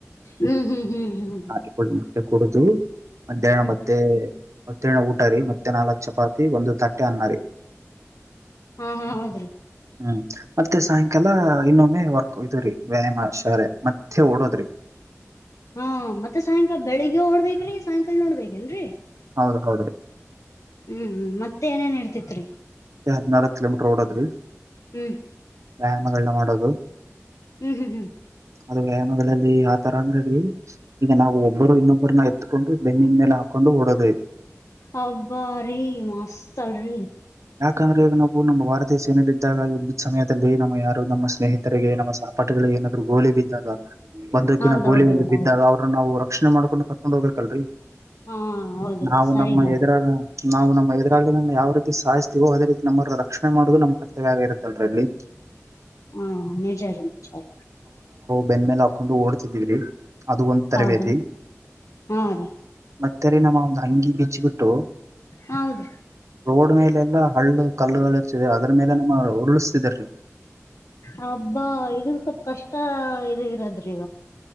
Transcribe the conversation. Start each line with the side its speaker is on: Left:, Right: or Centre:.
Left: ಹ್ಮ್ ಹ್ಮ್ ಹ್ಮ್ ಹ್ಮ್
Right: ನಾಟಿಕೊಳ್ಳಿ ಮೊಟ್ಟೆ ಕುಡಿದು ಮಧ್ಯಾಹ್ನ
Left: ಹ್ಮ್
Right: ಮತ್ತೆ ಮತ್ತಣ ಊಟರಿ ಮತ್ತೆ ನಾಲ್ಕು ಚಪಾತಿ ಒಂದು ತಟ್ಟೆ ಅನ್ನರಿ
Left: ಹಾ ಹಾ ಹೌದ್ರಿ
Right: ಹ್ಮ್ ಮತ್ತೆ ಸಾಯಂಕಾಲ ಇನ್ನೊಮ್ಮೆ ವರ್ಕ್ ಇದ್ರೀ ವ್ಯಾಯಾಮ ಶಾರೆ ಮತ್ತೆ ಓಡೋದ್ರಿ
Left: ಹಾ ಮತ್ತೆ ಸಾಯಂಕಾಲ ಬೆಳಿಗ್ಗೆ ಓಡ್ಬೇಕೇ್ರೀ ಸಾಯಂಕಾಲ ನೋಡ್ಬೇಕೇೇನ್ರರಿ
Right: ಹೌದ ಹೌದ್ರೀ
Left: ಹ್ಮ್ ಮತ್ತೆ ಏನೇನ್ ಇರ್ತಿತ್ರಿ
Right: ಹದಿನಾಲ್ಕ ಕಲೋಮೀಟರ್ ಓಡದೀ
Left: ಹ್ಮ್
Right: ವ್ಯಾಯಾಮಗಳನ್ನ ಮಾಡೋದು
Left: ಹ್ಮ್ ಹ್ಮ್ ಹ್ಮ್
Right: ಅದು ವ್ಯಾಯಾಮಗಳಲ್ಲಿ ಆ ತರ ಅಂದ್ರೆ ಈಗ ನಾವು ಒಬ್ಬರು ಇನ್ನೊಬ್ಬರನ್ನ ಎತ್ಕೊಂಡು ಬೆನ್ನಿನ ಮೇಲೆ ೊಂಡುಬೂಡದೆೇ
Left: ಹಬ್ಬಾ ರೀ ಮಸ್ತ ಅಲ್ರಿ
Right: ಯಾಕಂದ್ರೆ ಈಗ ನಾವು ನಮ್ಮ ಭಾರತೀಯ ಸೇನಲ್ಲ ಇದಿದ್ದಾಗ ವುದ್ಯತ್ ಸಮಯದಲ್ಲಿ ನಮ್ಮ ಯಾರು ನಮ್ಮ ಸ್ನೇಹಿತರಿಗೆ ನಮ್ಮ ಪಟಗಳಿಗೆ ಏನಾದ್ರೂ ಗೋಲಿ ಬಿದ್ದಾಗ ಬದುಕಿನ
Left: ಹೌದೌದ್ರೀ
Right: ಗೋಲಿ ಒಂದು
Left: ಹೌದು
Right: ಬಿದ್ದಾಗ ಅವ್ರನ್ನ ನಾವ್ ರಕ್ಷ ಮಾಡಕೊಂಡು ಕರ್ಕೊಂಡ್ ಹೋಗ್ಬೇಕಲ್ರರಿ
Left: ಹಾ ಹೌದ್ರಿ
Right: ನಾವು
Left: ಸರಿ
Right: ನಮ್ಮ
Left: ಮ
Right: ಹೆದರ ನಾವು ನಮ್ಮ ಇದರಲ್ಲಿ ನ ಯಾವ ರೀತಿ ಸಾಯ್ತೀವೋ ಅದೇ ರೀತಿ ನಮ್ಮ ರಕ್ಷಣ ಮಾಡುದು ನಮ್ ಕರ್ತವ್ಯ ಆಗಿರುತ್ತ ಅಲ್ರಿ ಇಲ್ಲಿ
Left: ಹಾ ನಿಜರ್ ಚರ್
Right: ಬೆಂದ ಮೇಲೆ ಹಾಕೊಂಡು ಓಡ್ತಿದೀವ್ರಿ ಅದು ಒಂದ್ ತರಬೇತಿ
Left: ಹೌದನ್ ಹಾ ರೀ
Right: ಮತ್ತರೆ ನಮ್ಮ ಒಂದು್ ಅಂಗಿ ಬಿಚ್ಚಬಿಟ್ಟು
Left: ಹೌದ್ರಿ
Right: ೋಡ್ ಮೇಲೆ ಎಲ್ಲಾ ಹಳ್ಳು ಕಲ್ಲುಗಳು ಇರ್ಚ ಅದ್ರ ಮೇಲೆ ನಮ್ಮ ಉರುಳಿಸ್ತಿದ್ರೀ
Left: ಹಬ್ಬಾ ಇದನ್ ಸ್ವಲ್ಪ ಕಷ್ಟ ಇ ಇರದ್ರಿ